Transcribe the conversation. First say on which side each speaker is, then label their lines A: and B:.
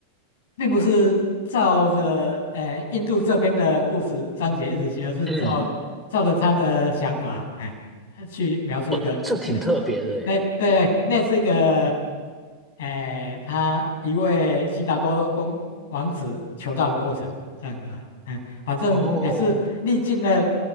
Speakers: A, on the left (about 55°); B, in the centre.
A: 并不是照着哎印度这边的故事章节一直写，而是照照着他的想法，
B: 嗯，
A: 哎，去描述一个那
B: 哦，这挺特别的诶。
A: 那对对，那是一个，哎、他一位悉达多公王子求道的过程，这样子啊，哎、反正也是历尽了，
B: 哦，